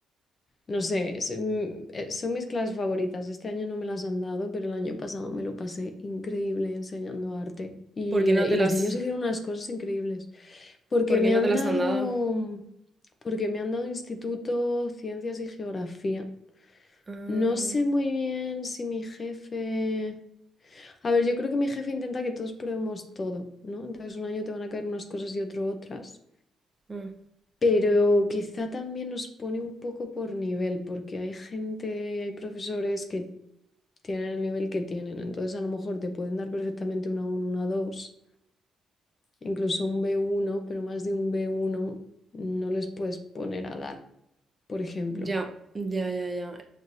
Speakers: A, on the left; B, on the right.
A: No sé, es, mm, eh, son mis clases favoritas. Este año no me las han dado, pero el año pasado me lo pasé increíble enseñando arte. Y,
B: ¿Por qué no
A: y
B: te
A: los
B: las,
A: niños hicieron unas cosas increíbles. Porque
B: por qué
A: me
B: no
A: han
B: te las
A: dado,
B: han dado?
A: porque me han dado instituto, ciencias y geografía.
B: Ah,
A: No sé muy bien si mi jefe... A ver, yo creo que mi jefe intenta que todos probemos todo, ¿no? Entonces un año te van a caer unas cosas y otro otras.
B: ah,
A: Pero quizá también nos pone un poco por nivel, porque hay gente, hay profesores que tienen el nivel que tienen, entonces a lo mejor te pueden dar perfectamente una uno una dos incluso un b uno pero más de un b uno no les puedes poner a dar, por ejemplo.
B: ya, ya, ya, ya.